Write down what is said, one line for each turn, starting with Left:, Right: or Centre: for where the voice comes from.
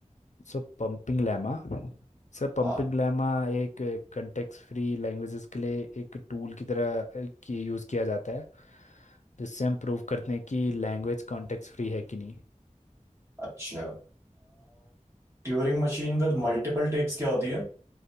Left: Sir pumping lemma sir pumping
Right: हाँ
Left: lemma एक कॉन्टेक्स्ट फ्री लैंग्वेजेस के लिए एक टूल की तरह अ, की यूज़ किया जाता है जिससे हम प्रूव करते हैं कि लैंग्वेज कॉन्टेक्स्ट फ्री है कि नहीं
Right: अच्छा Turing machine with multiple tapes क्या होती